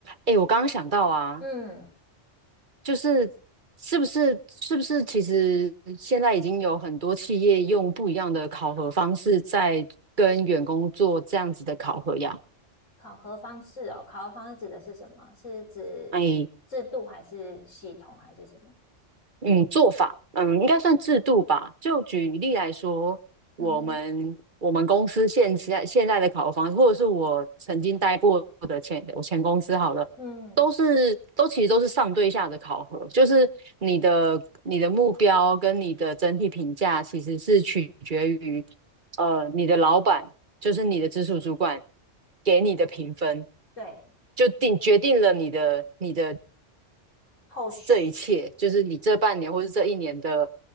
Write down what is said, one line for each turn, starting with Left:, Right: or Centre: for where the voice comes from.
Right: 哎，我刚刚想到啊，
Left: 嗯，
Right: 就是是不是是不是，其实现在已经有很多企业用不一样的考核方式在跟员工做这样子的考核呀？
Left: 考核方式哦，考核方式指的是什么？是指制度还是系统还是什么？
Right: 哎，嗯，做法，嗯，应该算制度吧。就举例来说，
Left: 嗯哼，
Right: 我们我们公司现在现在的考核方式，或者是我曾经待过的前我前公司好了，
Left: 嗯，
Right: 都是都其实都是上对下的考核，就是你的你的目标跟你的整体评价其实是取决于呃你的老板，就是你的直属主管给你的评分，
Left: 对，
Right: 就定决定了你的你的
Left: 后续，
Right: 这一切，就是你这半年或是这一年的